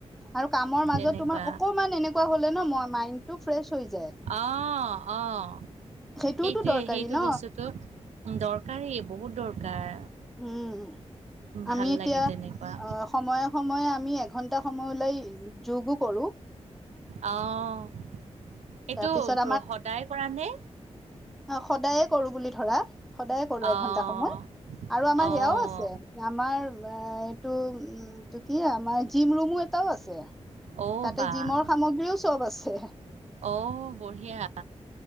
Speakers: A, in the centre; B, on the right.
A: আৰু কামৰ মাজত
B: তেনেকুৱা
A: তোমাৰ অকমান এনেকুৱা হলে ন মাইন্দটো ফ্ৰেছ হৈ যায়।
B: অ' অ'
A: সেইটোওতো
B: সেইটোৱে
A: দৰকাৰী
B: সেইটো
A: ন
B: বস্তুটো দৰকাৰী বহুত দৰকাৰ।
A: উম, আমি
B: ভাল
A: এতিয়া
B: লাগে তেনেকুৱা
A: অ'। সময়ে সময়ে আমি এঘন্টা সময় ওলাই যোগো কৰো।
B: অ' এইটো
A: তাৰপিছত
B: সদায় কৰা নে?
A: অ' সদায়ে কৰো বুলি ধৰা সদায়ে কৰো
B: অঁ
A: এঘন্টা সময় আৰু আমাৰ
B: অঁ
A: সেয়াও আছে। আমাৰ, এইটো উমটো কি আমাৰ জিম ৰুমো এটাও আছে।
B: অ'
A: তাতে,
B: বা
A: জিমৰ সামগ্ৰীও চব আছে।
B: অ', বঢ়িয়া।